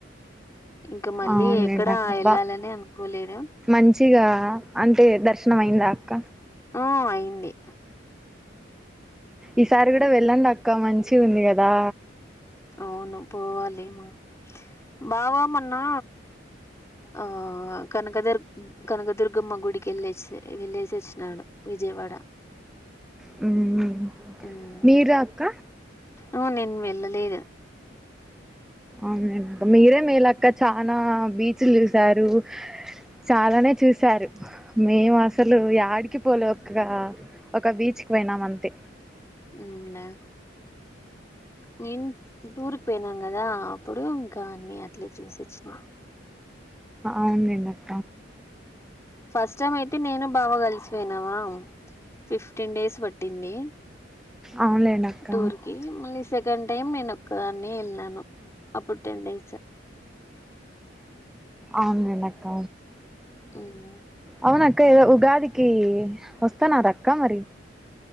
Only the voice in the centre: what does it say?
అవునులేండి
అక్క
బా
మంచిగా అంటే దర్శనం అయిందా అక్క
ఈసారి కూడా
వెళ్ళండి అక్క మంచి ఉంది కదా
హ్మ్
మీరా అక్క
అవున మీరే మీ లక్క చనా బీచ్లు చూసారు చాలానే చూసారు మేము అసలు డికి పోలే ఒక ఒక బీచ్ పోయినామ అంతే
అవునండి అ
అవునులేండి అక్క
అవునుంట అక్క
అవున అక్క ఏదో ఉగాది వస్తాను దక్క మరి